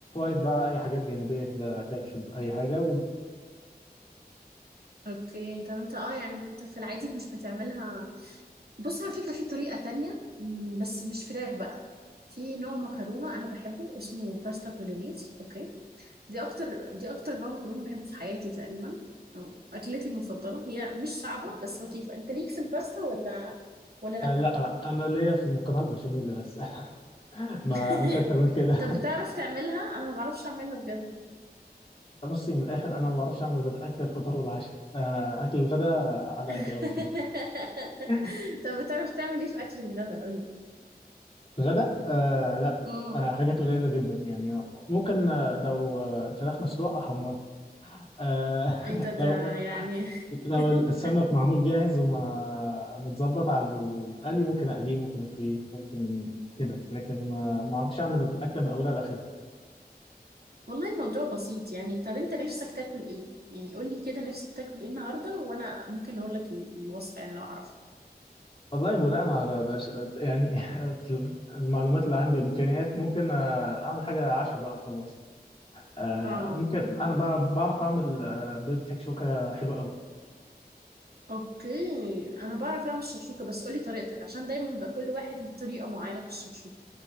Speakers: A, on the left; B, on the right.
A: بقى اي حاجات جانبيه كده كاتشب اي حاجه
B: اوكي طب انت اه يعني انت في العادي مش بتعملها بص على فكرة في طريقة تانية مم، بس مش فراخ بقى في نوع مكرونة أنا بحبه اسمه باستا بولونيز أوكي دي اكتر دي اكتر نوع مكرونه بحبه في حياتي تقريبا أو اكلتي المفضله هي مش صعبه بس لطيفه انت ليك في الباستا ولا ولا لا
A: آه، لا انا ليا في المكرونه البشاميل بس <laughs> ما
B: <laughs>
A: مش اكتر من كده
B: طب بتعرف تعملها انا ما بعرفش اعملها بجد
A: بصي من الاخر انا ما بعرفش اعمل غير اكل الفطار والعشاء آه، اكل الغداء على
B: <laughs>
A: قد قوي فيه <laughs>
B: طب بتعرف تعمل ايه في اكل الغداء قول لي
A: الغداء آه لا
B: امم
A: آه حاجات قليله جدا يعني ممكن آه، لو آه، الفراخ مسلوقه احمرها آه <laughs>
B: ايه ده ده
A: لو
B: يعني
A: لو
B: <laughs>
A: السمك معمول جاهز وما متظبط على القلي ممكن اقليه ممكن اشويه ممكن كده لكن ما ما اعرفش اعمل الاكله من اولها لاخرها
B: والله الموضوع بسيط يعني طب انت نفسك تاكل ايه يعني قول لي كده نفسك تاكل ايه النهارده وانا ممكن اقول لك الوصفه يعني لو اعرفها
A: والله بناء على بش- يعني <laughs> المعلومات اللي عندي والامكانيات ممكن آه، اعمل حاجه عشاء بقى وخلاص آه،
B: اه
A: ممكن انا ب- بعرف اعمل آه، بيض تكشوكه حلوه قوي
B: اوكي انا بعرف اعمل الشكشوكه بس قولي طريقتك عشان دايما بيبقى كل واحد ليه طريقه معينه في الشكشوكه